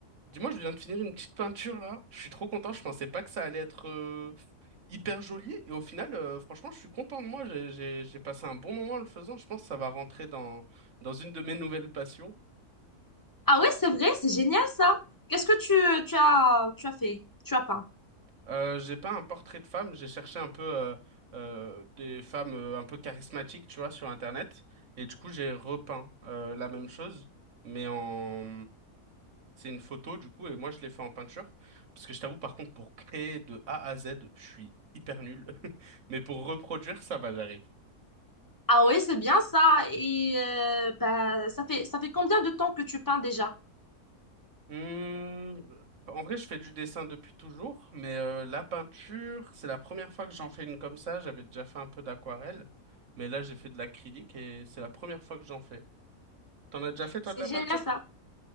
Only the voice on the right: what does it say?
Dis-moi, je viens de finir une petite peinture là. Je suis trop content. Je pensais pas que ça allait être euh, hyper joli. Et au final, euh, franchement, je suis content de moi. J'ai, j'ai, j'ai passé un bon moment en le faisant. Je pense que ça va rentrer dans, dans une de mes nouvelles passions.
Euh, j'ai pas un portrait de femme, j'ai cherché un peu euh, euh, des femmes euh, un peu charismatiques, tu vois, sur Internet. Et du coup, j'ai repeint euh, la même chose, mais en... C'est une photo, du coup, et moi, je l'ai fait en peinture. Parce que je t'avoue, par contre, pour créer de A à Z, je suis hyper nul. <laughs> Mais pour reproduire, ça va, j'arrive.
Hum, en vrai, je fais du dessin depuis toujours, mais euh, la peinture, c'est la première fois que j'en fais une comme ça. J'avais déjà fait un peu d'aquarelle, mais là, j'ai fait de l'acrylique et c'est la première fois que j'en fais. T'en as déjà fait, toi,
de la
peinture?